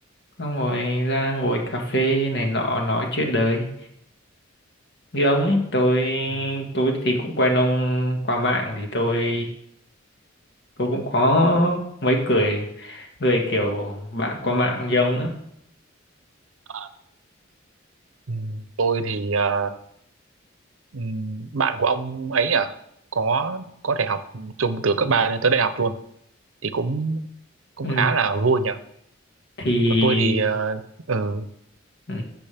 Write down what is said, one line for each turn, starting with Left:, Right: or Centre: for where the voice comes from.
Left: xong rồi ra ngồi cà phê này nọ nói chuyện đời như ông ấy tôi
Right: Ừ.
Left: tôi thì cũng quen ông qua mạng thì tôi tôi cũng có mấy người người kiểu bạn qua mạng như ông nữa
Right: Ờ, Ừ, tôi thì ờ, Ừm, bạn của ông ấy à có có thể học chung từ cấp 3 lên tới đại học luôn thì cũng cũng
Left: ừ,
Right: khá là vui nhở
Left: thì
Right: còn tôi thì ờ, ừ,
Left: ừ,